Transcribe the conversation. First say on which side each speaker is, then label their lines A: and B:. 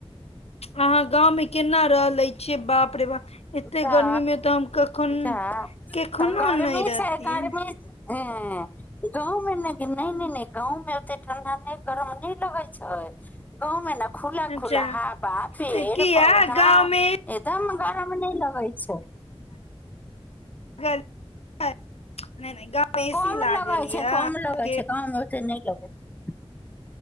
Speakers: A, on the left; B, on the left.
A: अहाँ गाँंवं में केना रहले छीयै बाप रे बाप एते
B: जा
A: गर्मी मे तऽ हम कखन
B: जा
A: केखनो
B: तऽ गर्मी
A: नहि रहतियै
B: छैय गर्मी ह गांव मे ने नहि गाव मे ओते ठंडा नहि गरम नहि लगे छैय गांव मे ने खुला
A: अच्छा
B: खुला हाबा फेड़
A: तऽ किया
B: पौधा
A: गाँवमे
B: एकदम ब नहि लगई छैय
A: नहि नहि गाँव मे ए
B: कम
A: सी लागल
B: लगैत छैय
A: ये
B: कम लगैत छैय गांव में ओतेक नहि लगैत छैय